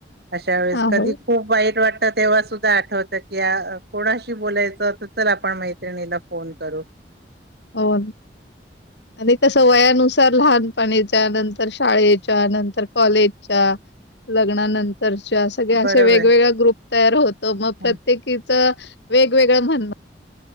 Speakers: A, on the right; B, on the left.
A: अशा वेळेस
B: आवड
A: कधी खूप वाईट वाट आता तेव्हा सुद्धा आठवत की कोणाशी बोलायचं असेल तर आपण मैत्रिणीला फोन करू
B: हो आणि कसं वयानुसार लहानपणीच्या नंतर शाळेच्या नंतर कॉलेजच्या लग्नानं तरच्या सगळ्या अशा
A: बरोबर
B: वेगवेगळ ग्रुप तयार होतो मग
A: ह
B: प्रत्येकीच वेगवेगळं म्हणणं